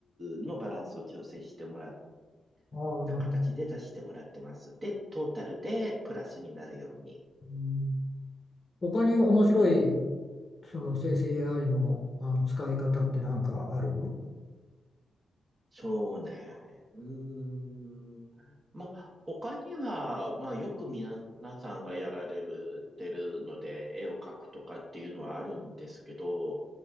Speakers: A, on the right (about 40°); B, on the left (about 35°).
A: のバランスを調整してもらっ
B: ああ、なるほど。
A: た形で出してもらってます。で、トータルでプラスになるように。
B: うん他に面白いその生成 AI の、あの使い方って何かある
A: そうね。うーん。まあ、他には、まあ、よく皆さんがやられる、てるので、絵を描くとかっていうのはあるんですけど、